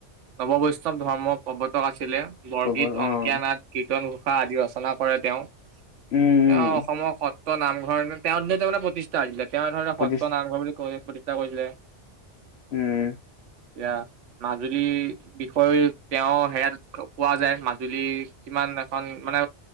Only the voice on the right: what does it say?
নৱবৈষ্ণৱ ধৰ্মৰ <unintelligible> <unintelligible> আছিলে বৰগীত
অংকীয়া নাট, কীৰ্তন ঘোষা, আদি ৰচনা কৰে তেওঁ। অ',
অসমৰ সত সত্ৰ নামঘৰ তেওঁত নে তেওঁৰ মানে প্ৰতিষ্ঠা আহিছে তেওঁ ধৰণে
সত্ৰ নামঘৰ বুলি কৈ প্ৰতিষ্ঠা কৰিছিলে।
অ', মাজুলীৰ, বিষয়ে তেওঁ সেয়াত পোৱা যায় মাজুলী কিমান এখন মানে